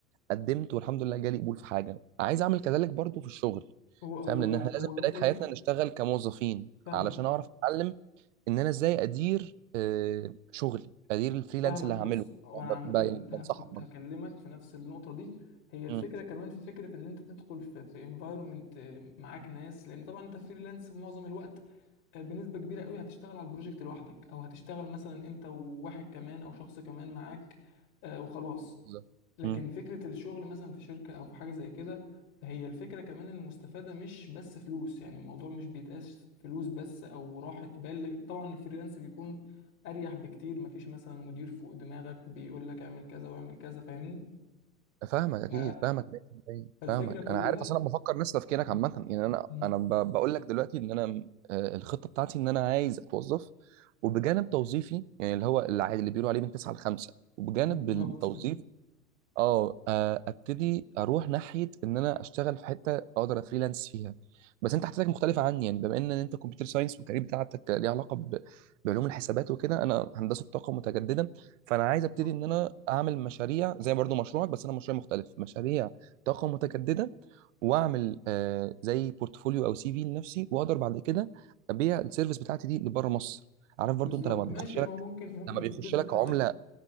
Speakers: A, on the right (about 50°); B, on the left (about 45°).
A: قدمت والحمد لله جالي قبول في حاجه عايز اعمل كذلك برضو في الشغل
B: هو هو
A: فاهم لان احنا لازم
B: هو
A: في
B: النقطة
A: بدايه حياتنا
B: اللي انت
A: نشتغل كموظفين
B: فاهمة
A: علشان اعرف اتعلم ان انا ازاي ادير آه، شغلي ادير الفريلانس
B: فاهمك
A: اللي
B: بص
A: هعمله
B: وانا
A: ب-
B: عامه
A: ب- يعني
B: كنت
A: بنصحك
B: ه- كنت
A: برضه
B: هكلمك في نفس النقطه دي هي الفكره
A: مم.
B: كمان في فكره ان انت تدخل في في انفايرمنت معاك ناس لان طبعا انت فريلانس في معظم الوقت آه، بنسبه كبيره قوي هتشتغل على البروجكت لوحدك او هتشتغل مثلا انت وواحد كمان او شخص كمان معاك آه، وخلاص
A: بالظبط
B: لكن
A: مم.
B: فكرة الشغل مثلا في شركة أو في حاجة زي كده فهي الفكرة كمان إن المستفادة مش بس فلوس يعني الموضوع مش بيتقاس فلوس بس أو راحة بال طبعا الفريلانس بيكون أريح بكتير مفيش مثلا مدير فوق دماغك بيقول لك اعمل كذا واعمل كذا فاهمني
A: فاهمك اكيد
B: ف-
A: فاهمك 100%
B: فالفكرة
A: فاهمك
B: كلها
A: انا عارف اصل انا بفكر نفس تفكيرك
B: <laughs>
A: عامه
B: م-
A: يعني انا
B: م-
A: انا ب- بقول لك دلوقتي ان انا آه، الخطه بتاعتي ان انا عايز اتوظف وبجانب توظيفي يعني اللي هو اللي عادي- اللي بيقولوا عليه من 9 ل 5 وبجانب
B: بالظبط
A: التوظيف اه آه، ابتدي اروح ناحيه ان انا اشتغل في حته اقدر افريلانس فيها بس انت حاجتك مختلفه عني يعني بما ان انت كمبيوتر ساينس والكارير بتاعتك ليه علاقه ب... بعلوم الحسابات وكده انا هندسه طاقه متجدده فانا
B: <laughs>
A: عايز ابتدي
B: بالظبط
A: ان انا اعمل مشاريع زي برضو مشروعك بس انا مشروع مختلف مشاريع طاقه متجدده واعمل آه زي بورتفوليو او سي في لنفسي واقدر بعد كده ابيع السيرفيس بتاعتي دي لبره مصر عارف برضو
B: بالظبط.
A: انت لما بيخش
B: ماشي
A: لك
B: هو ممكن ممكن
A: لما بيخش
B: في الكيس بتاعتك
A: لك عمله